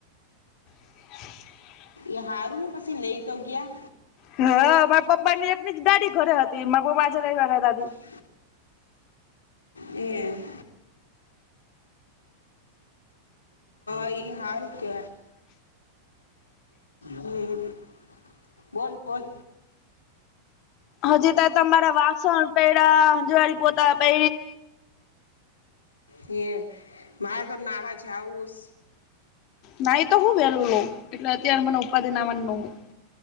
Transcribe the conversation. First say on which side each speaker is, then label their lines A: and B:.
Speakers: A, on the left; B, on the left.
A: <unintelligible>
B: એ હારુંનું પછી લઈ તો ગયા.
A: હ. મારા પપ્પા ની એકની જ ગાડી ઘરે હતી. મારા પપ્પા આજે રવિવાર હતા તે.
B: <unintelligible> એ હઈ હારુ કહેવાય. હમ બોલ બોલ.
A: હજી તો તમારા વાસણ પે હંજવાળ પોતા પે
B: હ મારે તો નારા જાઉું.
A: નાઈ તો હું વેલું લઉં એટલે અત્યારે મને ઉપાધિનવાનું ન હોય.